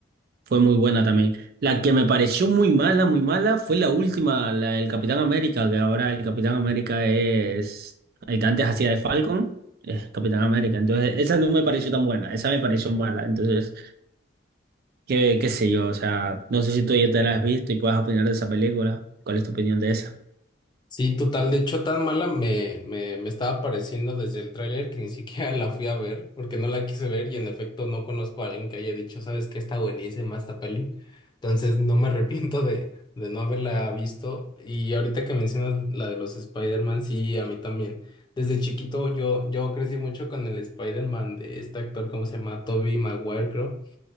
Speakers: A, on the right (about 55°); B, on the left (about 25°).
A: Fue muy buena también. La que me pareció muy mala, muy mala, fue la última, la del Capitán América, que ahora el Capitán América es el que antes hacía de Falcon, es Capitán América. Entonces, esa no me pareció tan buena, esa me pareció mala. Entonces, qué, qué sé yo, o sea, no sé si tú ya te la has visto y puedes opinar de esa película. ¿Cuál es tu opinión de esa?
B: Sí, total. De hecho, tan mala me, me, me estaba pareciendo desde el tráiler que ni siquiera <laughs> la fui a ver porque no la quise ver y en efecto no conozco a alguien que haya dicho, ¿sabes qué? Está buenísima esta peli. Entonces no me arrepiento de, de no haberla visto. Y ahorita que mencionas la de los Spider-Man, sí, a mí también. Desde chiquito yo, yo crecí mucho con el Spider-Man de este actor, ¿cómo se llama? Tobey Maguire, creo.